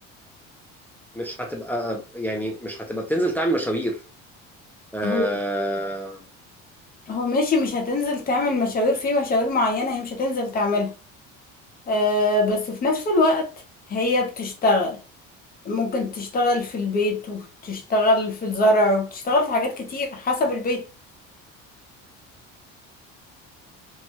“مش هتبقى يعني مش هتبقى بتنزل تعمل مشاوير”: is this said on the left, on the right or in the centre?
Centre